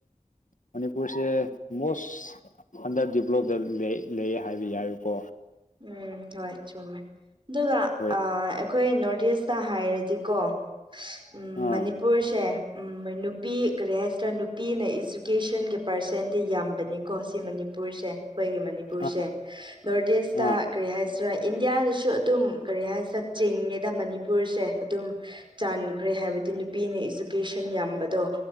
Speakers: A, on the left; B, on the right.
A: ꯃꯅꯤꯄꯨꯔꯁꯦ ꯃꯣꯁ ꯑꯟꯗꯔ ꯗꯗꯤꯕꯂꯞꯇ ꯂꯩ ꯍꯥꯏꯕ ꯌꯥꯏꯀꯣ
B: ꯎꯝ ꯍꯣꯏ ꯆꯨꯝꯃꯦ ꯑꯗꯨꯗꯥ
A: ꯍꯣꯏ
B: ꯑꯥ ꯑꯩꯈꯣꯏ ꯅꯣꯔꯠ ꯏꯁꯇ ꯍꯥꯏꯔꯗꯤ ꯗꯤꯀꯣ ꯎꯝ
A: ꯑꯥ
B: ꯃꯅꯤꯄꯨꯔꯁꯦ ꯎꯝ ꯅꯨꯄꯤ ꯀꯔꯤ ꯍꯥꯏꯁꯤꯔꯥ ꯅꯨꯄꯤꯅ ꯏꯖꯨꯀꯦꯁꯟꯒꯤ ꯄꯥꯔꯁꯦꯟꯗꯤ ꯌꯥꯝꯕꯅꯤꯀꯣ ꯁꯤ ꯃꯅꯤ ꯄꯨꯔꯁꯦ ꯑꯩꯈꯣꯏꯒꯤ ꯃꯅꯤꯄꯨꯔꯁꯦ
A: ꯑꯥ
B: ꯅꯣꯔꯠ ꯏꯁ ꯇ
A: ꯑꯥ
B: ꯀꯔꯤ ꯍꯥꯏꯁꯤꯔꯥ ꯏꯟꯗꯤꯌꯥꯗꯁꯨ ꯑꯗꯨꯝ ꯀꯔꯤ ꯍꯥꯏꯁꯤꯔꯥ ꯆꯤꯡꯉꯤꯗ ꯃꯅꯤꯄꯨꯔꯁꯦ ꯑꯗꯨꯝ ꯆꯥꯟꯈ꯭ꯔꯦ ꯍꯥꯏꯕꯗꯤ ꯅꯨꯄꯤꯅ ꯏꯖꯨꯀꯦꯁꯟ ꯌꯥꯝꯕꯗꯣ